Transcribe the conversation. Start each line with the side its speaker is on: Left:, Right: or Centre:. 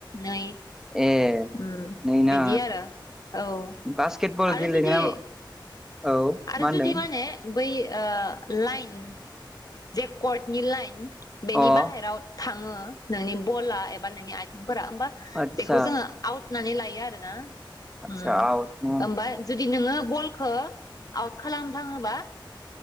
Left: नै।
Centre: ए
Left: उम
Centre: नै ना
Left: बिदि आरो। औ
Centre: बास्केट बल
Left: आरो
Centre: गेलेनाया
Left: जुदि
Centre: औ
Left: आरो
Centre: मा होनदों
Left: जुदि माने बै ओ लाइन जे कर्टनि लाइन बेनि
Centre: अ
Left: बाहेराव थाङो नोंनि बला एबा नोंनि आइथिं फोरा होमबा
Centre: आतसा
Left: बेखौ जोङो आउट होन्नानै लायो आरोना।
Centre: आतसा
Left: उम
Centre: आउट न
Left: ओमफ्राय जु दि नोङो बलखो आउट खालामफ्लाङोबा